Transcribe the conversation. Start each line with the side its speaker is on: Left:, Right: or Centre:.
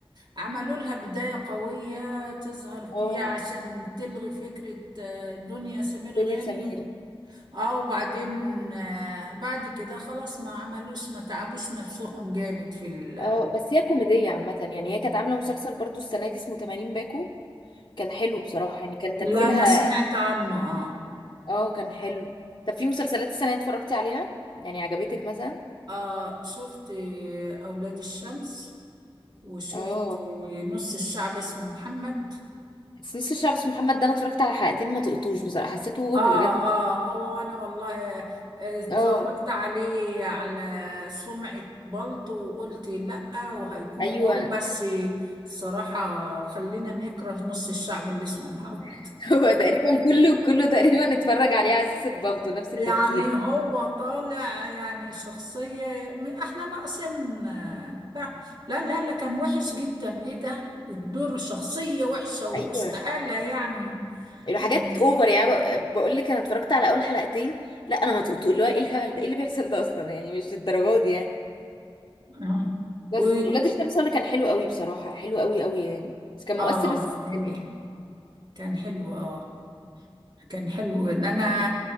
Right: عملوا لها بداية قوية تظهر فيها
Left: اه
Right: عشان تلغي فكرة آه، دنيا سمير
Left: دنيا
Right: غانم
Left: سمير
Right: اه وبعدين آه، بعد كده خلاص ما عملوش ما تعبوش نفسهم جامد في ال
Left: اه بس هي كوميدية عامة يعني هي كانت عاملة مسلسل برضو السنة دي اسمه 80 باكو كان حلو بصراحة يعني كان تمثيلها
Right: لا انا سمعت عنه اه
Left: اه كان حلو طب في مسلسلات السنة دي اتفرجتي عليها يعني عجبتك مثلا
Right: اه شفت آه، اولاد الشمس وشفت
Left: اه
Right: آه، نص الشعب اسمه محمد
Left: بس نص الشعب اسمه محمد ده انا اتفرجت على حلقتين ما طقتوش بصراحة حسيته
Right: اه
Left: <laughs> بجد
Right: اه هو وانا والله آه، اتفرجت
Left: اه
Right: عليه على سمعة بلطو وقلت لأ وهيكون
Left: ايوه
Right: واو بس الصراحة خلينا نكره نص الشعب اللي اسمه محمد
Left: <laughs> هو تقريبا كله كله تقريبا اتفرج عليه على اساس البلطو نفس التفكير
Right: يعني هو طالع يعني شخصية م- احنا ناقصين آه، بتاع لا لا لا كان وحش جدا ايه ده الدور شخصية وحشة واستحالة
Left: ايوه
Right: يعني
Left: الحاجات
Right: م-
Left: اوفر يعني بقول لك انا اتفرجت على اول حلقتين لا انا ما طقتوش اللي هو ايه الهبل ده ايه اللي بيحصل ده اصلا يعني مش الدرجات دي يعني
Right: آه.
Left: بس
Right: و
Left: ولاد الشمس هو اللي كان حلو قوي بصراحة حلو قوي قوي يعني بس كان
Right: اه
Left: مؤثر بس كان
Right: جميل
Left: حلو
Right: كان حلو اه كان حلو انا